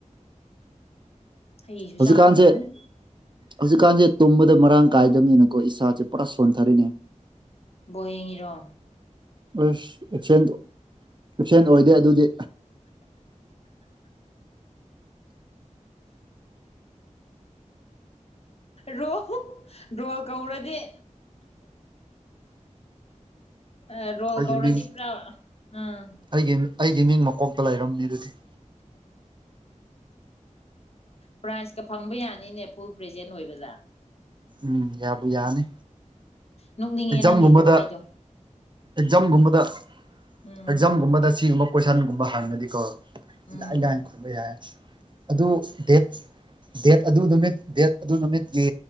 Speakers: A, on the left (about 50°); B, on the right (about 35°).
A: ꯍꯩꯁꯨ
B: ꯍꯧꯖꯤꯛꯀꯥꯟꯁꯦ
A: ꯆꯥꯒꯗꯕꯅꯤ
B: ꯍꯧꯖꯤꯛꯀꯥꯟꯁꯦ ꯇꯨꯝꯕꯗ ꯃꯔꯥꯡ ꯀꯥꯏꯗꯕꯅꯤꯅꯀꯣ ꯏꯁꯥꯁꯦ ꯄꯨꯔꯥ ꯁꯣꯟꯊꯔꯤꯅꯦ
A: ꯕꯣꯜ ꯌꯦꯡꯉꯤꯔꯣ
B: ꯑꯁ ꯑꯦꯞꯁꯦꯟꯗ‌ꯣ-ꯑꯦꯞꯁꯦꯟ ꯑꯣꯏꯗꯦ ꯑꯗꯨꯗꯤ
A: ꯔꯣ ꯔꯣꯜ ꯀꯧꯔꯗꯤ ꯑ ꯔꯣꯜ
B: ꯑꯩꯒꯤ
A: ꯀꯧꯔꯗꯤ
B: ꯃꯤꯡ
A: ꯄꯨꯔ ꯑꯝ
B: ꯑꯩꯒꯤ ꯑꯩꯒꯤ ꯃꯤꯡ ꯃꯀꯣꯛꯇ ꯂꯩꯔꯝꯅꯤ ꯑꯗꯨꯗꯤ
A: ꯄ꯭ꯔꯥꯏꯖꯀ ꯐꯪꯕ ꯌꯥꯅꯤꯅꯦ ꯐꯨꯜ ꯄ꯭ꯔꯖꯦꯟ ꯑꯣꯏꯕꯗꯥ
B: ꯎꯝ ꯌꯥꯕꯨ ꯌꯥꯅꯤ
A: ꯅꯣꯛꯅꯤꯡꯉꯦ
B: ꯑꯦꯛꯖꯥꯝꯒꯨꯝꯕꯗ
A: ꯅꯪꯒꯤ ꯈꯨꯍꯥꯏꯗꯣ
B: ꯑꯦꯛꯖꯥꯝꯒꯨꯝꯕꯗ
A: ꯎꯝ
B: ꯑꯦꯛꯖꯥꯝꯒꯨꯝꯕꯗ ꯁꯤꯒꯨꯝꯕ ꯀꯣꯏꯁꯟ ꯒꯨꯝꯕ ꯍꯥꯡꯒꯗꯤꯀꯣ
A: ꯎꯝ
B: ꯂꯥꯏ ꯂꯥꯏ ꯈꯣꯏꯕ ꯌꯥꯏ ꯑꯗꯨ ꯗꯦꯠ ꯗꯦꯠ ꯑꯗꯨ ꯅꯨꯃꯤꯠ ꯗꯦꯠ ꯑꯗꯨ ꯅꯨꯃꯤꯠꯀꯤ